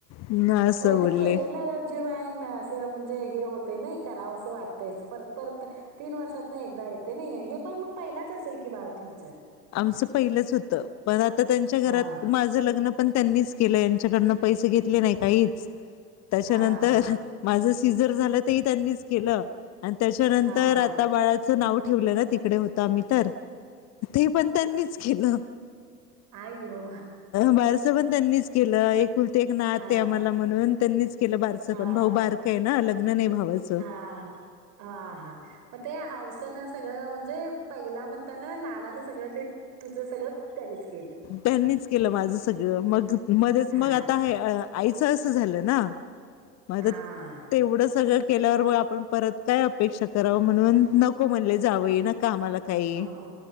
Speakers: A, on the left (about 35°); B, on the right (about 40°).
A: ना असं
B: म
A: बोलले
B: ते केलेलं जेव्हा आहेना असं म्हणजे हे होतं नाही रावंस वाटतंय परत परत तीन वर्षात नाही एकदा येते नाही हे पण मग पहिलाच असेल की बाळं तुमचं
A: आमचं पहिलंच होतं पण आता त्यांच्या घरात
B: हा
A: मा माझ लग्न पण त्यांनीच केलं, यांच्याकडन पैसे घेतले नाही काहीच त्याच्यानंतर
B: हा
A: माझ सिझर झालं, तरही त्यांनीच केलं, आणि त्याच्यानंतर
B: हा
A: आता बाळाचं नाव ठेवलं ना- तिकडे होतो आम्ही तर, ते ही पण त्यांनीच केलं.
B: आईयो.
A: बारसं पण त्यांनीच केलं, एकउलती एक नात
B: हा
A: आहे आम्हाला म्हणून, त्यांनीच- केलं, बारच
B: हा
A: पण, भाऊ बारका आहे ना, लग्न नाही भावच
B: हा, हा, हा, मग ते हावसन सगळं म्हणजे पहिला म्हणताना लाडान सगळं ते तुझं सगळं त्यांनीच केलं
A: त्यांनीच केलं माझ सगळ, मग मध्येच
B: हा
A: मग आता हे. आईचं असं झालं ना, माझ
B: हा
A: तेवढं सगळं केल्यावर मग, आपण परत काय अपेक्षा करावं म्हणून न नको म्हणले जावाई,
B: अ,
A: नका आम्हाला काही
B: हो